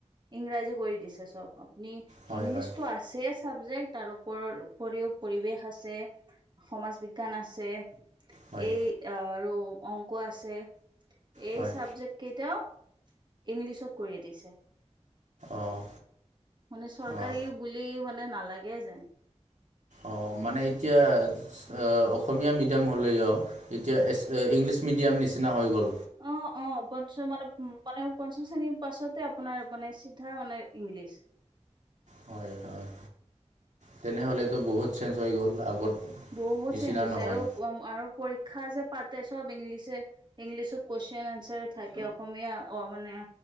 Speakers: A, on the right (about 40°); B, on the right (about 85°).
A: ইংৰাজী কৰি দিছে চব অ। নি
B: হয়
A: ইংলিছটো আছে চাবজেক্ট তাৰ ওপৰ উপৰিও পৰিৱেশ আছে। সমাজ বিজ্ঞান আছে
B: হয়
A: এই
B: হয়
A: আৰু অংক আছে। এই
B: হয়
A: চাবজেক্ট কেইটাও ইংলিছত কৰি দিছে।
B: অঁ
A: মানে চৰকাৰী
B: অঁ
A: বুলি মানে নালাগে যে।
B: অঁ মানে এতিয়া এ অসমীয়া মিডিয়াম হ'লেও এতিয়া ইংলিছ। মিডিয়াম নিচিনা হৈ গ'ল।
A: অ অ পঞ্চম মানে মানে পঞ্চম শ্ৰেণীৰ পাছতে আপোনাৰ মানে চিধা মানে ইংলিছ।
B: হয় হয় তেনেহ'লেতো বহুত চেঞ্জ হৈ গ'ল আগৰ।
A: বহুত
B: নিচিনা
A: চেঞ্জ হৈছে
B: নহয়
A: আৰু পম আৰু পৰীক্ষা যে পাতে চব ইংলিছে। ইংলিছত কুৱেশন এনচাৰ থাকে অসমীয়া অ মানে।